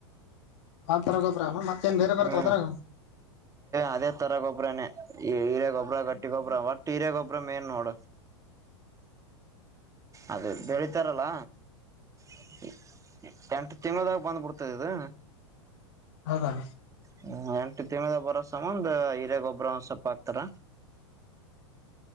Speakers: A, on the left; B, on the right.
A: ಆತರ ಗೊಬ್ಬ್ರನು ಮತ್ತೇನ್ ಬೇರೆ ಬರ್ತಾವ
B: ಹ್ಮ್
A: ಅದ್ರಾಗ
B: ಅದೇ ತರಗೊಬ್ಬರನೆ ಈ ಇಲ್ಲೇ ಗೊಬ್ರ ಕಟ್ಟಿ ಗೊಬ್ರ ಒಟ್ಟ ಹೀರ ಗೊಬ್ರ ಮ ೇನ್ ನೋಡ ಅದೇ ಬೆಳಿತಾರಲ್ಲ <inaudible> ಎಂಟು ತಿಂಗಳಾಗ ಬಂದ್ಬಿಡ್ತದ ಇದು
A: ಹೌದಾ
B: ಹ್ಮ ಎಂಟು ತಿಂದ ಬರೋಸಂದ ಹಿರೇ ಗೊಬ್ರ ಒಂದ್ ಸೊಪ್ಪ ಹಾಕ್ತಾರ